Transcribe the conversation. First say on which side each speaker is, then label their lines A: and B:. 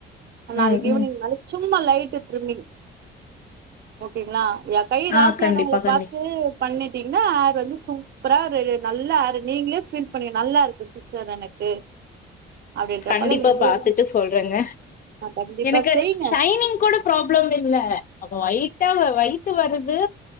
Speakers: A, on the right; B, on the left.
A: <unintelligible> நாளைக்கு
B: ம்
A: ஈவினிங்
B: ம்
A: மேல சும்மா லைட் ட்ரிம்மிங். ஓகேங்களா என் கைய ஓகேங்களா யா கை ராசியானவங்கள
B: ஆ கண்டிப்பா கண்டி
A: பார்த்து பண்ணிட்டீங்கன்னா ஹார் வந்து சு சூப்பரா நல்லா ஹேரு. நீங்களே ஃபீல் பண்ண நல்லா இருக்கு சிஸ்டர் எனக்கு. அப்படின்றப்பல
B: கண்டிப்பா
A: நீங்களே
B: பாத்துட்டு சொல்றேங்க
A: கண்டிப்பா
B: எனக்கு
A: செய்ங்க
B: ஷைனிங் கூட ப்ராப்ளம் இல்ல. அ ஒயிட்டா ஒயட்டு வருது